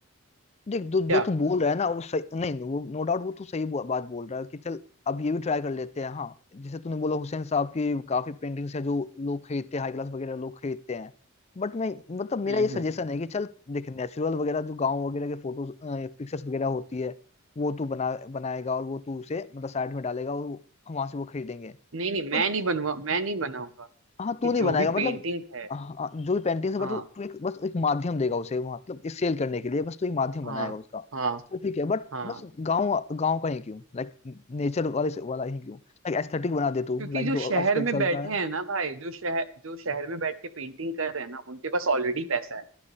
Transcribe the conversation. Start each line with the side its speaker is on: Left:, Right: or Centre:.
Left: देख जो
Right: क्या
Left: जो तू बोल रहा है ना वो सही नहीं नहीं, वो नो डाउट वो तू सही बो- बात बोल रहा है कि चल अब ये भी ट्राई कर लेते हैं हाँ जैसे तूने बोला हुसैन साहब की काफी पेंटिंग्स है जो लोग खरीदते हैं हाई क्लास वगैरह लोग खरीदते हैं बट मैं मतलब मेरा
Right: हम्म
Left: ये सजेशन
Right: हम्म
Left: है कि चल देख नेचुरल वगैरह जो गांव वगैरह के फोटोज पिक्चर्स वगैरह होती है वो तू बना बनाएगा और वो तू उसे मतलब साइड में डालेगा और वहां से वो खरीदेंगे
Right: नहीं नहीं मैं
Left: बट
Right: नहीं बनवा मैं नहीं बनाऊंगा
Left: हाँ तू
Right: कि
Left: नहीं बनाएगा
Right: जो भी
Left: मतलब
Right: पेंटिंग है
Left: हाँ, जो भी पेंटिंग है बट
Right: हाँ
Left: तू तू एक बस एक माध्यम देगा उसे वहाँ, मतलब एक सेल करने के लिए बस तू एक माध्यम
Right: हाँ
Left: बनाएगा उसका
Right: हाँ
Left: तो ठीक है बट
Right: हाँ
Left: बस गांव गांव का ही क्यों लाइक नेचर वाले से वाला ही क्यों लाइक एस्थेटिक बना दे तू
Right: क्योंकि
Left: लाइक
Right: जो
Left: जो
Right: शहर
Left: आजकल
Right: में
Left: चल
Right: बैठे
Left: रहा है
Right: हैं ना भाई जो शहर जो शहर में बैठ के पेंटिंग कर रहे हैं ना उनके पास ऑलरेडी पैसा है